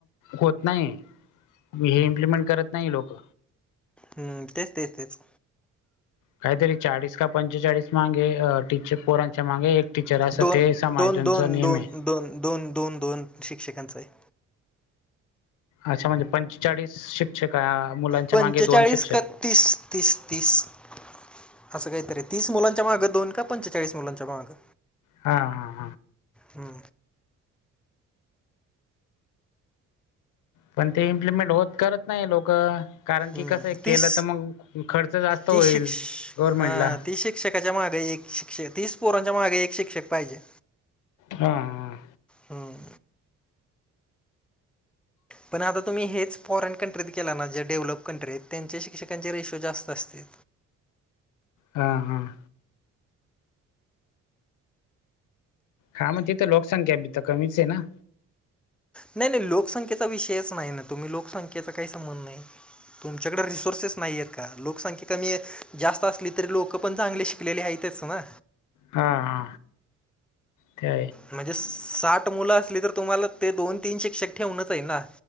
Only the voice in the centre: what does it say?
हम्म. तेच तेच तेच.
दोन
दोन दोन
दोन दोन दोन, दोन, दोन शिक्षकांचां आहे.
पंचेचाळीस
का तीस, तीस, तीस. असं काहीतरी. तीस मुलांच्या मागं दोन का पंचेचाळीस मुलांच्या मागं.
हम्म.
हम्म,
तीस
तीस शिक्ष
हां तीस शिक्षकाच्या मागे एक शिक्षक तीस पोरांच्या मागे एक शिक्षक पाहिजे.
हम्म पण आता तुम्ही हेच फॉरेन कंट्रीत केला ना ज्या डेव्हलप कंट्रीत त्यांचे शिक्षकांचे रेशो जास्त असते.
नाही नाही लोकसंख्येचा विषयच नाही ना तुम्ही लोकसंख्येचा काही संबंध नाही. तुमच्याकडडे रिसोर्सेस नाही आहेत का लोकसंख्या कमी आहे. जास्त असली तरी लोक पण चांगली शिकलेली आहेतच ना.
म्हणजे साठ मुलं असली तर तुम्हाला ते दोन तीन शिक्षक ठेवूनच आहे ना.